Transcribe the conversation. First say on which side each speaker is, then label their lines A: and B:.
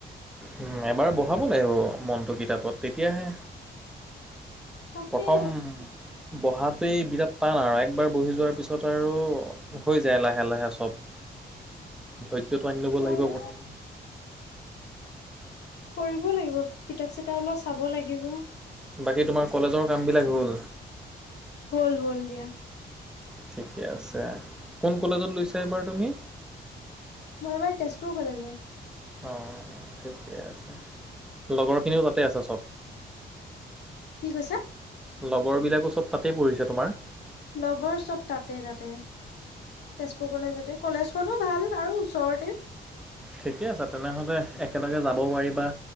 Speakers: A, in the centre; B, on the left (about 80°).
A: উম, এবাৰ বহাব লাগিব মনটো কিতাপত তেতিয়াহে।
B: তাকে
A: প্ৰথম বহাটোৱেই বিৰাট টান আৰু একবাৰ বহি যোৱাৰ পিছত আৰু হৈ যায় লাহে লাহে চব। ধৈৰ্য্যটো আনি ল'ব
B: ময়ো
A: লাগিব প্ৰথম।
B: কৰিব লাগিব কিতাপ চিতাপ অলপ চাব লাগিব।
A: বাকী তোমাৰ কলেজৰ কামবিলাক হ'ল?
B: হ'ল, হ'ল দিয়া।
A: ঠিকে আছে, কোন কলেজত লৈছা এইবাৰ তুমি?
B: মই এইবাৰ তেজপুৰ কলেজত।
A: অ', ঠিকে আছে, লগৰখিনিও তাতে আছে চব?
B: কি কৈছা?
A: লগৰবিলাকো চব তাতেই পঢ়িছে তোমাৰ?
B: লগৰ চব তাতে তাতে, তেজপুৰ গ'লে তাতে কলেজ <unintelligible> ভাল আৰু ওচৰতে
A: ঠিকে আছে, তেনেহ'লে একেলগে যাব পাৰিবা।